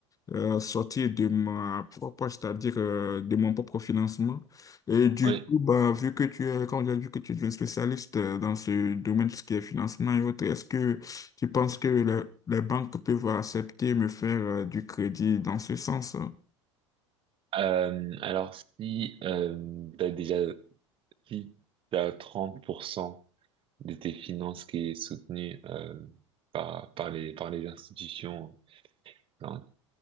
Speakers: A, on the left; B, on the right.
A: euh, sortir de ma propre, c'est-à-dire euh, de mon propre financement. Et du
B: Ouais.
A: coup, bah, vu que tu es, quand j'ai vu que tu es un spécialiste euh, dans ce domaine, tout ce qui est financement et autres, est-ce que tu penses que le- les banques peuvent accepter me faire euh, du crédit dans ce sens?
B: Euh, alors, si euh, tu as déjà si t'as 30% de tes finances qui est soutenue euh, par, par les, par les institutions hein,